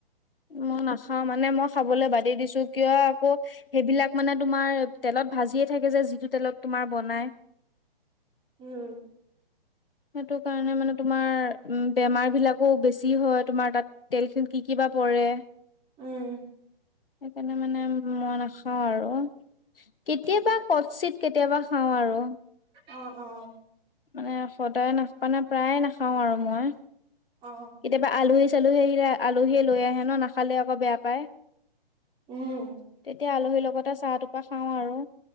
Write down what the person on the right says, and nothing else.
উম
উম
অ অ
অ
উম